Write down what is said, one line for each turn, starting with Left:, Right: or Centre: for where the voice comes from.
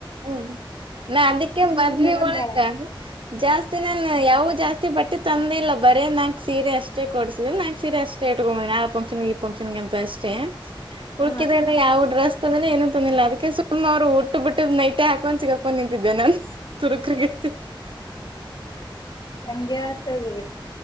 Right: ಹ್ಮ್ ನಾ ಅದಕ್ಕೆ ಮದ್ವಿ
Left: ತಗೊಂಡಾಳ
Right: ಒಳಕ್ಕ ಜಾಸ್ತಿ ನಾನು ಯಾವು ಜಾಸ್ತಿ ಬಟ್ಟೆ ತಂದೆ ಇಲ್ಲ ಬರೇ ನಾಕ್ ಸೀರೆ ಅಷ್ಟೇ ಕೊಡ್ಸಿದನಿ ನಾಕ್ ಸೀರೆ ಅಷ್ಟೇ ಇಟ್ಕೊ ಬಂದೀನಿ ಆ ಫಂಕ್ಷನ್ ಈ ಫಂಕ್ಷನ್ಗೆ ಅಂತ ಅಷ್ಟೇ. ಉಳ್ಕಿದನ
Left: ಹಾ
Right: ಯಾವ್ಡ್ರೆಸ್ <unintelligible> ಏನು ತಂದಿಲ್ಲ ಅದಕ್ಕೆ ಸುಮ್ ಅವರು ಒಟ್ಟು ಬಿಟ್ ನೈಟೆ ಹಾಕೊಂಡು ಸಿಗಾಕೊಂಡ್ ನಿಂತಿದ್ದೆ ನಾನ್. ತುರ್ಕ್ರಗತ್ತು
Left: ಹಂಗೆ ಆಗ್ತದ್ರಿ